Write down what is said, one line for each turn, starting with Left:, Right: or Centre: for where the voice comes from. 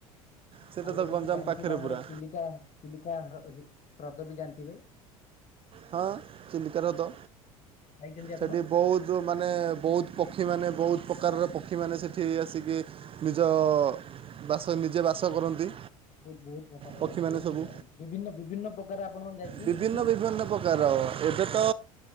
Right: ସେଇଟା
Left: ଆଉ
Right: ତ
Left: ଗୋଟେ
Right: ଗଞ୍ଜାମ
Left: ବି ଜାଣିଥିବେ
Right: ପାଖରେ
Left: ଆମର
Right: ପୁରା
Left: ଚିଲିକା। ଚିଲିକା ହି ଅ ହ୍ରଦ ବି ଜାଣିଥିବେ।
Right: ହଁ ଚିଲକା ହ୍ରଦ
Left: ଯାଇଛନ୍ତି ଆପଣ
Right: ସେଠି ବହୁତ। ଯୋଉ ମାନେ ବହୁତ ପକ୍ଷୀମାନେ ବହୁତ ପ୍ରକାରର ପକ୍ଷୀମାନେ ସେଠି ଆସିକି। ନିଜ ବାସ ନିଜେ ବାସ କରନ୍ତି।
Left: ବହୁତ ବହୁତ ପ୍ରକାର
Right: ପକ୍ଷୀମାନେ
Left: ଭାଇ ବହୁତ
Right: ସବୁ
Left: ପ ବିଭିନ୍ନ ବିଭିନ୍ନ ପ୍ରକାର ଆପଣମାନେ ଯାଇକି
Right: ବିଭିନ୍ନ
Left: ସେଠି
Right: ବିଭିନ୍ନ ପ୍ରକାର ଏବେ ତ।